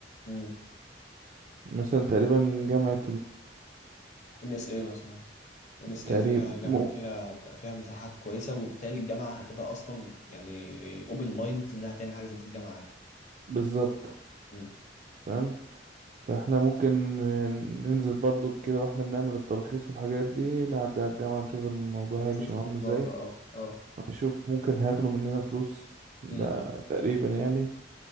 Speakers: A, on the left; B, on the right.
A: امم
B: مثلا تقريبا جامعة
A: ام اس اي مثلا ام
B: التقريب
A: اس اي فيها
B: مو-
A: جامعه فيها فيها مساحات كويسه وبالتالي الجامعه هتبقى اصلا يعني اوبن مايند انها تعمل حاجه زي دي في الجامعه عادي.
B: بالظبط
A: امم
B: فاهم فاحنا ممكن آه، ننزل برضو كده واحنا بنعمل الترخيص والحاجات دي نعدي على الجامعة نشوف الموضوع
A: نشوف
B: هيمشي معاهم ازاي
A: الموضوع ده اه اه
B: هنشوف ممكن هياخدوا مننا فلوس ده
A: امم
B: تقريبا يعني